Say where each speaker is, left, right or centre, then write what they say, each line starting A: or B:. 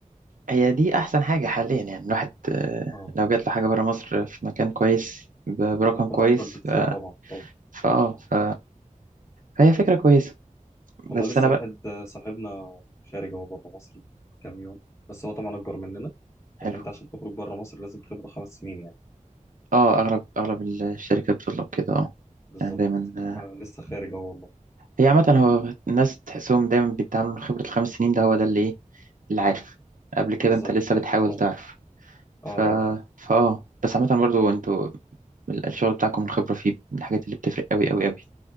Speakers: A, on the right; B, on the left.
A: هي دي أحسن حاجة حاليا يعني الواحد آه،
B: اه
A: لو جات له حاجة برا مصر في مكان كويس ب- برقم
B: هيكون
A: كويس
B: افضل بكتير
A: آه،
B: طبعا طبعا
A: فأه ف... فهي فكرة كويسة
B: والله
A: بس
B: لسه
A: أنا بقى
B: واحد آه، صاحبنا خارج هو بره مصر من كام يوم بس هو طبعا اكبر مننا
A: حلو
B: لان انت عشان تخرج بره مصر لازم خبره خمس سنين يعني
A: اه اغلب اغلب الشركات بتطلب كده اه
B: بالظبط
A: يعني دايما آه،
B: هو لسه خارج اهو والله
A: هي عامة هو الناس تحسهم دايما بيتعاملوا من خبرة الخمس سنين ده هو ده اللي ايه اللي عارف قبل كده
B: بالظبط
A: انت لسه
B: <laughs> اه
A: بتحاول تعرف ف
B: اه
A: فاه بس عامة برضو انتوا ال- الشغل بتاعكم الخبرة فيه من الحاجات اللي بتفرق قوي قوي قوي